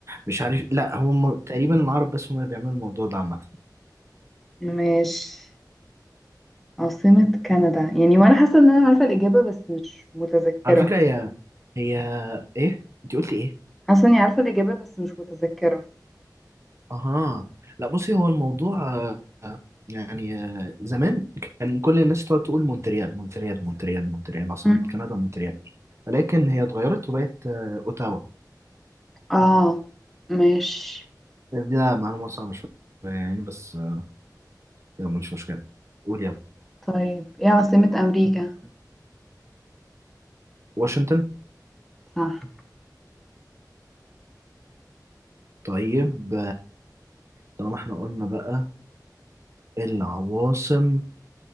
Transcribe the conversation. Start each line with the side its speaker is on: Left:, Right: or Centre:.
Right: مش عارف لا هم تقريبا العرب بس هم اللي بيعملوا الموضوع ده عامة
Centre: ماشي عاصمة كندا يعني وأنا حاسة إن أنا عارفة الإجابة بس مش متذكرة
Right: على فكرة هي هي ايه انت قلت ايه
Centre: حاسة إني عارفة الإجابة بس مش متذكرة
Right: اها لا بصي هو الموضوع آه، يعني آه، زمان كان كل الناس تقعد تقول مونتريال مونتريال مونتريال مونتريال عاصمة
Centre: مم.
Right: كندا مونتريال ولكن هي اتغيرت وبقت آه، اوتاوا
Centre: آه ماشي
Right: ده معلومة صعبة شوية يعني بس آه، يلا مش مشكلة قول يلا
Centre: طيب إيه عاصمة أمريكا؟
Right: واشنطن
Centre: صح
Right: طيب طالما احنا قلنا بقى العواصم